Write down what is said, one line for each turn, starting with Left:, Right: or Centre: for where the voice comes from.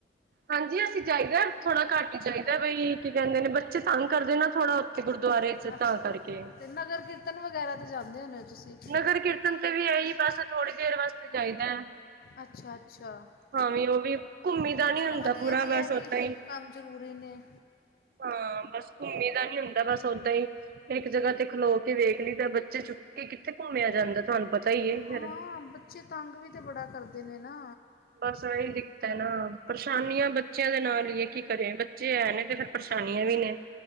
Right: ਹਾਂਜੀ ਅਸੀਂ ਜਾਹੀਦਾ ਥੋੜਾ ਘੱਟ ਹੀ ਜਾਹੀਦਾ ਕ ਬਈ ਕੀ ਕਹਿੰਦੇ ਨੇ ਬੱਚੇ ਤੰਗ ਕਰਦੇ ਨਾ ਥੋੜਾ ਉੱਥੇ ਗੁਰਦੁਆਰੇ ਚ
Left: ਅੱਛਾ
Right: ਤਾਂ ਕਰਕੇ
Left: ਤੇ ਨਗਰ ਕੀਰਤਨ ਵਗੈਰਾ ਤੇ ਜਾਂਦੇ ਹੁੰਦੇ ਹੋ ਤੁਸੀਂ
Right: ਨਗਰ ਕੀਰਤਨ ਤੇ ਵੀ ਇਹੀ ਬਸ ਥੋੜ੍ਹੀ ਦੇਰ ਵਾਸਤੇ ਚਾਹੀਦਾ ਹੈ।
Left: ਅੱਛਾ ਅੱਛਾ
Right: ਹਾਂ ਵੀ ਉਹ ਵੀ ਘੁੰਮੀ ਦਾ ਨੀ
Left: ਚਲੋ
Right: ਹੁੰਦਾ
Left: ਵਧੀਆ
Right: ਪੂਰਾ
Left: ਜੀ
Right: ਬਸ
Left: ਇਹ ਵੀ
Right: ਓਦਾਂ ਹੀ
Left: ਕੰਮ ਜ਼ਰੂਰੀ ਨੇ
Right: ਹਾਂ ਬਸ ਘੁੰਮੀ ਦਾ ਨੀ ਹੁੰਦਾ ਬਸ ਓਦਾਂ ਹੀ ਇੱਕ ਜਗ੍ਹਾ ਤੇ ਖਲੋ ਵੇਖ ਲਈ ਤਾਂ ਬੱਚੇ ਚੁੱਕ ਕੇ ਕਿੱਥੇ ਘੁੰਮਿਆ ਜਾਂਦਾ ਤੁਹਾਨੂੰ ਪਤਾ ਹੀ ਹੈ ਫਿਰ
Left: ਹਾਂ ਬੱਚੇ ਤੰਗ ਵੀ ਤੇ ਬੜਾ ਕਰਦੇ ਨੇ ਨਾ
Right: ਬਸ ਇਹੀ ਦਿੱਕਤ ਹੈ ਨਾ ਪਰੇਸ਼ਾਨੀਆਂ ਬੱਚਿਆਂ ਦੇ ਨਾਲ ਹ ਕੀ ਕਰੇ ਬੱਚੇ ਐ ਨੇ ਤੇ ਫਿਰ ਪਰੇਸ਼ਾਨੀਆਂ ਵੀ ਨੇ